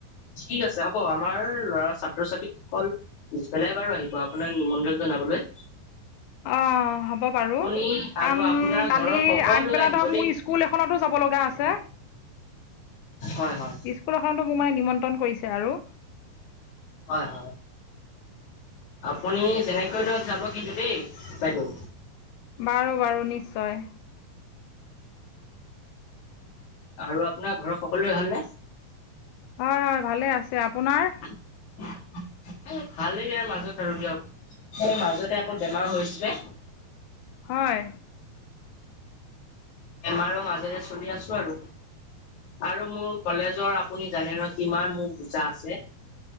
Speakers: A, on the left; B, on the left.
A: ঠিক আছে হ'ব আমাৰ ল'ৰা ছাত্ৰ ছাত্ৰী সকল পিছবেলাই বাৰু আহিব আপোনাক নিমন্ত্ৰণ জনাবলৈ।
B: অ', হ'ব বাৰু।
A: আপুনি আৰু
B: কাৰণ
A: আপোনাৰ
B: কালি
A: ঘৰৰ সকলোৱে
B: আগবেলা
A: আহিব
B: ধৰক মোৰ স্কুল স্কুল এখনতো যাব লগা আছে।
A: হয়-হয়।
B: স্কুল এখনটো মোৰ মানে নিমন্ত্ৰণ কৰিছে আৰু।
A: হয়-হয়। আপুনি যেনেকৈ নহওঁক যাব কিন্তু দেই বাইদেউ।
B: বাৰু-বাৰু, নিশ্চয়।
A: আৰু আপোনাৰ ঘৰৰ সকলোৱে ভালনে?
B: হয়-হয় ভালে আছে। আপোনাৰ?
A: এ ভালেই বেয়াৰ মাজত আৰু দিয়ক। সেই মাজতে আকৌ বেমাৰ হৈছিলে।
B: হয়।
A: বেমাৰো মাজেৰে চলি আছোঁ আৰু। আৰু মুৰ কলেজৰ আপুনি জানে নহয় কিমান মোৰ বুজা আছে।